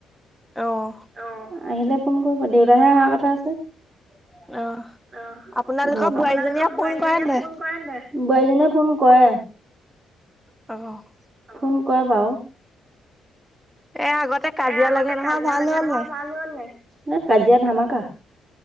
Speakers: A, in the centre; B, on the right.
A: অহ'।
B: অহ, আহিলে ফোন কৰিব দেউতাহে আহাৰ কথা আছে। অহ,
A: অ
B: ঘৰৰ
A: আপোনালোকৰ বোৱাৰীজনীয়ে
B: পৰা, আপোনালোকৰ
A: ফোন
B: বোৱাৰীজনীয়ে
A: কৰে নাই
B: ফোন কৰে নে নাই? বোৱাৰীজনীয়ে ফোন কৰে।
A: অহ'।
B: ফোন কৰে বাৰু।
A: এ আগতে কাজিয়া
B: এ, আগতে
A: লাগে নহয়
B: কাজিয়া
A: ভাল
B: লাগে
A: হ'ল
B: নহয়
A: নাই
B: ভাল হ'ল নাই? এ কাজিয়া ধামাকা।